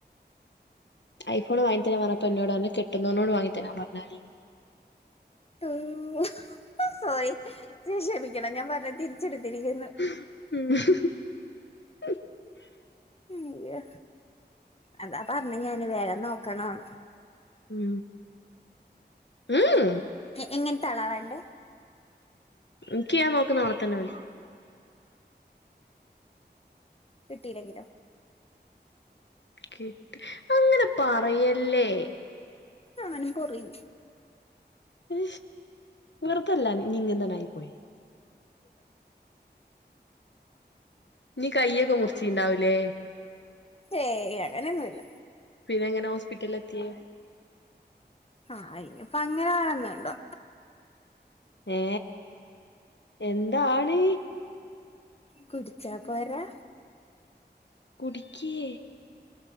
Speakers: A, on the left; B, on the left.
A: ഐഫോൺ വങ്ങിതരാ പറഞ്ഞപ്പോ എന്നോട് പറഞ് കെട്ട്ന്നോട് വങ്ങി തരാ പറഞ്ഞാ തി
B: ഉ സോറി ശക്ഷേപിക്കണം ഞാൻ പറഞ്ഞ തിരിച്ചെടുത്തിരിക്കുന്നു
A: ഉം
B: മ്യ അതാ പറഞ്ഞ് ഞൻ വേഗം നോക്കണം
A: മ് മ്മ്
B: എങ്ങനെ തളവേണ്ടേ
A: എനിക്ക് ഞാൻ നോക്കുന്ന നളെ തന്നെ മതി
B: കിട്ടിയില്ലെങ്കിലോ
A: കിട്ട് അങ്ങനെ പറയല്ലേ
B: അങ്ങനെ പറയു
A: ഉ വെറുതല്ല നീങ്ങന്തെ ആയി പോയി നീ കയ്യൊക്കെ മുറിച്ചീണ്ടാവൂലേ
B: ഏ് അങ്ങനെ ഒന്നുല
A: പിന്നെ എങ്ങനെ ഹോസ്പിറ്റലിൽ എത്തിയേ
B: ആഹ് അയിപ്പ അങ്ങനെ ആണന്നണ്ടോ
A: ഏ എന്താണ്
B: കുടിച്ച പോരാ
A: കുടുക്കിയ